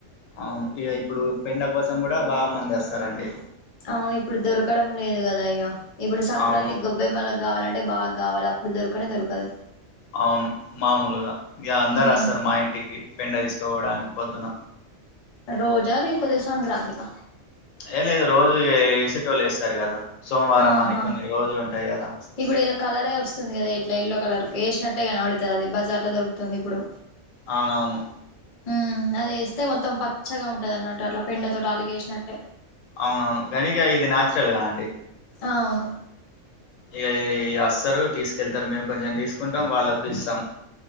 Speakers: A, on the left; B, on the left.
A: అవును ఇగ ఇప్పుడు పెండ కోసం కూడా బాగా మంది వస్తారండి
B: అవును ఇప్పుడు దొరకడం లేదు గ దా య్యఇక ఇప్పుడు సంక్రాంతి
A: అవును
B: గొబ్బెమ్మల గావాలంటే బాగ్గావాలి అప్పుడు దొరకనే దొరకదు
A: అవును మామూలుగా ఇగ అందరు
B: హ్మ్
A: వస్తారు మా ఇంటికి పెండ తీసుకపోవడానికి పొద్దున
B: రోజ లేకపోతే సంక్రాంతి కా
A: ఏ లేదు రోజు ఇగ యేసేటోలు వేస్తారు గదా సోమవారం
B: ఆహా
A: అని కొన్ని రోజులు ఉంటాయి గదా
B: ఇప్పుడు ఏదో కలరే వస్తుంది గదా ఇట్లా ఎల్లో కలర్ వేసినట్టే కనబడుతది అది బజార్ లో దొరుకుతుంది ఇప్పుడు
A: అవునవును
B: ఉ అది యేస్తే మొత్తం పచ్చగా ఉంటది అన్నట్టు అట్లా పెండతోటి ఆలుగేసినట్టే
A: అవునవును గనీ గా ఇది నాచురల్ గా అండి
B: అవును
A: ఇగా ఈ అస్తరు తీసుకెళ్తారు మేము కొంచెం తీసుకుంటాం వాళ్ళకు ఇస్తాం